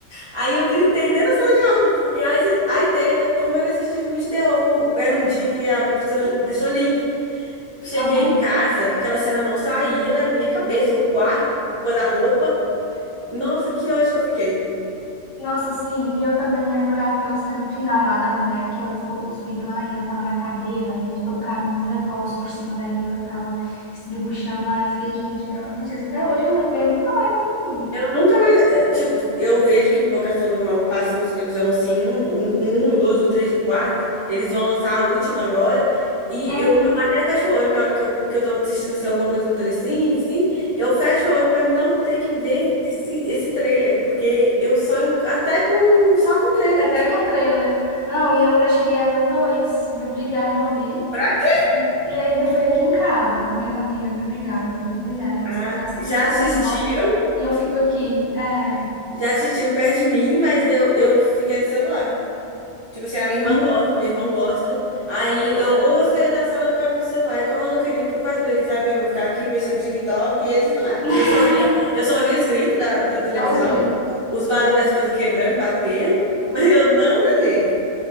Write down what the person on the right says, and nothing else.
Aí eu gritei dentro da sala de aula, porque a, a ideia da turma era assistir filmes de terror. pô. Era um dia que a professora deixou livre. Cheguei
em casa, aquela cena não saía da minha cabeça, o quarto, o guarda-roupa. Nossa, que ódio que eu fiquei.
Eu nunca mais. eh, Tipo, eu vejo que Invocação do Mal passa na televisão assim, um, do- um, um, dois, o três, o quatro. Eles vão lançar a última agora. E
eu, eu até fecho o olho na hora que eu, que eu tô assistindo assim, alguma coisa no Telecine, assim. Eu fecho o olho para não ter que ver esse, esse trailer, porque eu sonho até com só com trailer,
assim.
Pra quê?
Ah,
já assistiram,
já assistiram perto de mim, mas eu, eu fiquei no celular. Tipo assim, a minha irmã
gosta, meu irmão gosta. Aí eu ou eu saía da sala e ficava no celular. E como eu não queria ir pro quarto, eu falei, quer saber? Eu vou ficar aqui mexendo TikTok e eles lá.
E eu só via, eu só via os gritos da, da televisão,
os barulhos das coisas quebrando e batendo, <laughs> mas eu não olhei.